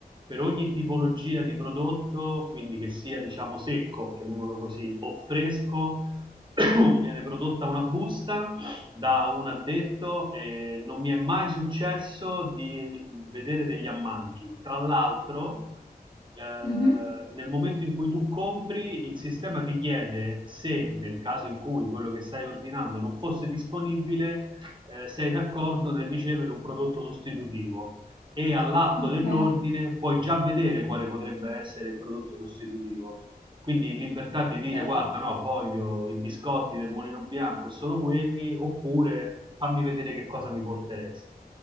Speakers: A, on the right; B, on the left.
A: per ogni tipologia di prodotto, quindi che sia diciamo secco, chiamiamolo così, o fresco, <coughs> viene prodotta una busta da un addetto e non mi è mai successo di vedere degli ammanchi. Tra l'altro, eh,
B: Mhm.
A: nel momento in cui tu compri, il sistema ti chiede se nel caso in cui quello che stai ordinando non fosse disponibile, eh, sei d'accordo nel ricevere un prodotto sostitutivo e all'atto
B: Ok,
A: dell'ordine puoi già vedere quale potrebbe essere il prodotto sostitutivo. Quindi libertà di
B: ok.
A: dire guarda, no, voglio i biscotti del Molino Bianco e solo quelli, oppure fammi vedere che cosa mi porteresti.